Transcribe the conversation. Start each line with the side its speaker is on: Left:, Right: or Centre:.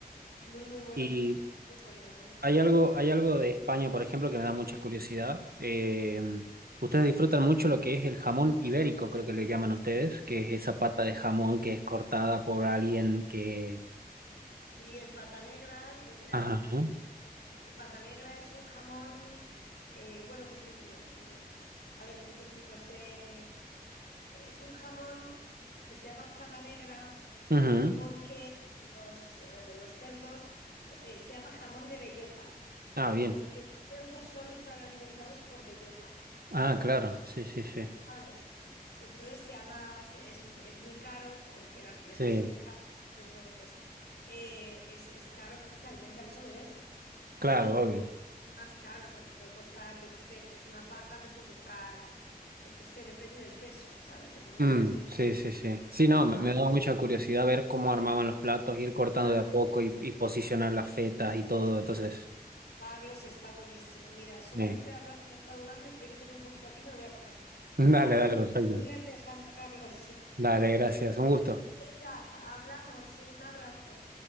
Left: muy, muy bueno,
Right: Y
Left: muy bueno, era buenísimo.
Right: hay algo, hay algo de España, por ejemplo, que me da mucha curiosidad. Eh, ustedes disfrutan mucho lo que es el jamón ibérico, creo que le llaman ustedes, que es esa pata de jamón que es cortada por alguien que...
Left: Y el pata negra, El
Right: Ajá.
Left: pata negra es un jamón, eh, bueno, que se, mm, a ver, ¿cómo te explico? Se, es un jamón que se llama pata negra
Right: Ujú.
Left: porque los, eh, los cerdos, co- eh, se llama jamón de bellota,
Right: Ah, bien.
Left: porque los cerdos solo están alimentados por bellota.
Right: Ah, claro. Sí, sí, sí.
Left: ¿sabes? Entonces sea más, es, es muy caro porque las billetas
Right: Sí,
Left: son caras, entonces bueno, pues eh, es, es caro porque se alimentan solo de eso
Right: claro,
Left: y
Right: obvio.
Left: es, es más caro, o sea, te puede costar, yo qué sé, pues una pata te puede costar, yo qué sé, depende del peso, ¿sabes? Depende
Right: Mm,
Left: del peso.
Right: sí, sí, sí. Sí, no,
Left: Pero
Right: me,
Left: vamos,
Right: me daba mucha curiosidad ver cómo armaban los platos, ir cortando
Left: está-
Right: de a poco y, y posicionar las fetas y todo. Entonces,
Left: Carlos, está buenísimo. Mira, solamente
Right: eh,
Left: de hablar me ha entrado un hambre que yo que tengo un poquito aquí me lo voy a comer.
Right: <laughs> Dale,
Left: Así
Right: dale,
Left: es,
Right: perfecto.
Left: te voy a ir dejando, Carlos. <laughs>
Right: Dale, gracias. Un gusto.
Left: Venga, hablamos, un abrazo.